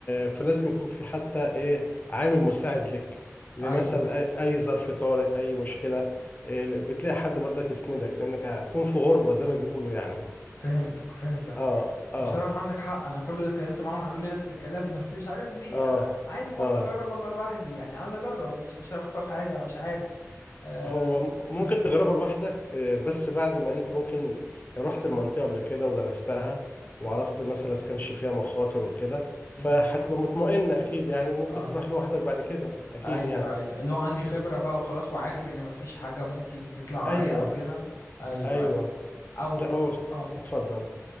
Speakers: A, on the left; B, on the left.
A: فلازم يكون في حتى ايه عامل مساعد لك لمثلا
B: ايوه
A: اي أي ظرف طارئ اي مشكلة إيه بتلاقي حد برضك يسندك لانك هتكون في غربة زي ما بيقولوا يعني
B: فهمتك فهمتك
A: اه اه
B: وبصراحه عندك حق انا كل اللي اتكلمت معاهم قالوا لي نفس الكلام <laughs> بس مش عارف ليه
A: اه
B: انا عايز برضه
A: اه
B: اجرب ابقى لوحدي يعني عايز اجرب مش مش هخسر حاجه مش عارف أم...
A: هو م- ممكن
B: م-
A: تجربها لوحدك آه، بس بعد ما انت ممكن رحت المنطقة قبل كده ودرستها وعرفت مثلا اذا كانش فيها مخاطر وكده
B: مهم.
A: فهتبقى مطمئن اكيد يعني وممكن
B: اه
A: تروح لوحدك بعد كده اكيد
B: ايوه
A: يعني
B: ايوه اللي هو عندي خبره بقى وخلاص وعارف ان مفيش حاجه ممكن تطلع عليا
A: ايوه
B: او كده ايوه
A: ايوه
B: ايوه او
A: لا هو
B: اه
A: اتفضل